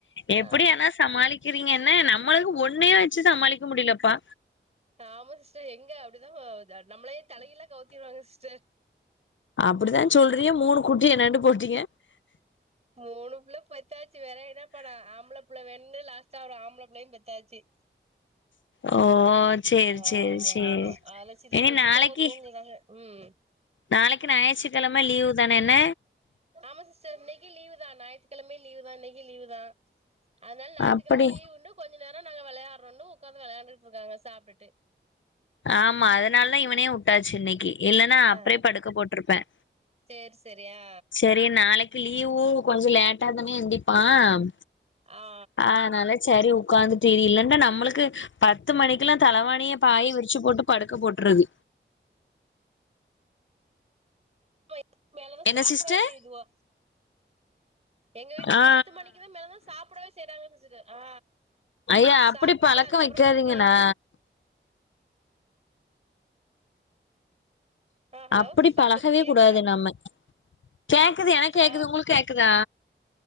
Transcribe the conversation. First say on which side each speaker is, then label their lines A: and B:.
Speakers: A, on the left (about 75°); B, on the right (about 35°).
A: எப்டி
B: ஆ
A: ஆனா சமாளிக் கிறீங்க என்ன நம்மளும் ஒன்னையே வச்சு சமாளிக்க முடியலப் பா
B: ஆமா சிஸ்டர் எங்க அப்டிதான் நம்மளே தலைகீல்லா கவுத்திடுவாங்க சிஸ்டர்.
A: அப்டித்தான் சொல்றீங்க மூணு குட்டி என்னண்டு போட்டீங்க.
B: மூணு புள்ள பெத்தாச்சு வேற என்ன பண்ணா ஆம்பள புள்ள வென்னுன்னு லாஸ்ட் ட்டா ஒரு ஆம்பள பிள்ளையும் பெத்தாச்சு.
A: ஓ சேரி
B: ஆமா
A: சேரி சேரி
B: ஆமா அதலா சிருச
A: இனி நாளைக்கு
B: சின்னவங்க தூங்குறாங்க. ம்
A: நாளைக்கு ஞாயிற்றுக்கிழமை லீவு தானே என்ன?
B: ஆமா சிஸ்டர் இன்னிக்கு லீவு தான் ஞாற்றுக்கிழமையு லீவு தான் இன்னிக்கு லீவு தான். அதனால ஞாற்றுக்கிழமை
A: அப்படி
B: லீ்வுன்டு கொஞ்சோ நேரோ நாங்க விளையாறோன்னு உட்கந்து விளையாண்டுட்டு இருக்காங்க சாப்டுட்டு.
A: ஆமா அதனால இவனையும் வுட்டாச்சி இன்னிக்கி இல்லன்னா அப்றே
B: ஆ
A: படுக்க போட்ருப்பேன்
B: சேரி சேரி ஆ
A: செரி நாளைக்கி லீவூ கொஞ்சோ லேட்டாதானே எந்திப்பான்
B: ஆ
A: ஆநாள சரி உக்காந்துட்டு இரி இல்லன்டா நம்ளுக்கு பத்து மணிக்கில்லாம் தலவாணிய பாயி விரி ச்சு போட்டு படுக்க போட்றது
B: பத்து மணிக்கு மேலதான்
A: என்ன
B: சாப்புடவே
A: சிஸ்டர்
B: செய்துவோ எங்க வீட்ல
A: ஆ
B: பத்து மணிக்கு தான் மேலதான் சாப்புடவே செய்றாங்க சிஸ்டர் ஆ
A: ஐயா
B: சாப்ட்டுட்டு
A: அப்படி பழக்க
B: அதுக்கப்றம்
A: வைக்காதீங்கண்ணா
B: படுக்க எங்க ஆ ஹலோ
A: அப்டி
B: சிஸ்டர்
A: பளஹவே
B: கேக்கல
A: கூடாது நம்ம கேக்குது எனக்
B: ஆ
A: கேக்குது உங்ளுக்கு கேக்குதா